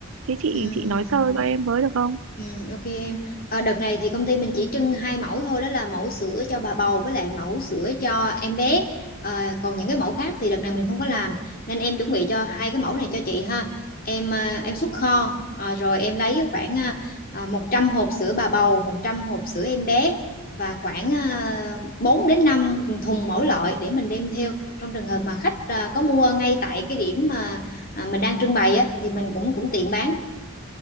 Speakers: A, on the right (about 75°); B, on the left (about 45°).
A: Thế chị
B: Ừm,
A: chị nói sơ cho em với được không?
B: ừm, ok em Ờ, đợt này thì công ty mình chỉ trưng hai mẫu thôi đó là mẫu sữa cho bà bầu với lại mẫu sữa cho em bé Ờ, còn những cái mẫu khác thì đợt này mình không có làm nên em chuẩn bị cho hai cái mẫu này cho chị ha em à, em xuất kho ờ, rồi em lấy khoảng à, à, 100 hộp sữa bà bầu 100 hộp sữa em bé và khoảng à, 4 đến 5 thùng mỗi loại để mình đem theo trong trường hợp mà khách à, có mua ngay tại cái điểm mà à, mình đang trưng bày á thì mình cũng cũng tiện bán